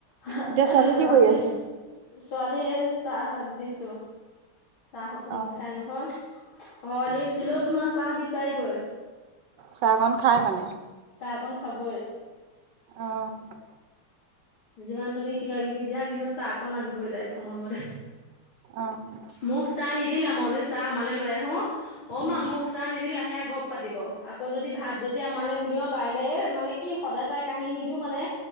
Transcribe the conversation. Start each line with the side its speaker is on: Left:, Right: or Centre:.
Left: অহ'
Right: এতিয়া
Left: আহা,
Right: ছোৱালী কি
Left: বাকী
Right: কৰি আছে?
Left: ছোৱালীয়ে চাহ দিছো। চাহ অকমান
Right: অ'
Left: খাই নহয়, হৰলিক্স দিলেও তোমাৰ চাহ বিচাৰিবই।
Right: চাহকণ খায় মানে?
Left: চাহকন খাবই।
Right: অঁ'
Left: যিমান তুমি কিবা কিবি দিয়া, কিন্তু চাহকণ লাগিবই তাইক সময়মতে।
Right: অঁ'।
Left: মোক চাহ নিদিলা, মই যদি চাহ আমালে লৈ আহোঁ- অ'
Right: উম,
Left: মা মোক চাহ নিদিলা, সেয়া গপ পাতিব। আকৌ যদি ভাত যদি আমালে উলিয়াওঁ তাইলে এ মানে- কি সদায় তাই কাহি নিদিও মানে,